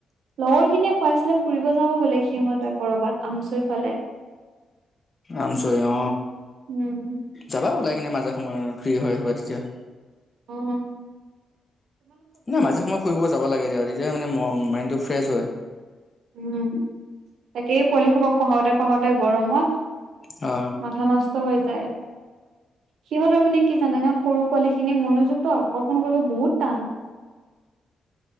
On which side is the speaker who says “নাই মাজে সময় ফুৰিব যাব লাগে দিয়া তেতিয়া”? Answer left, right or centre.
Left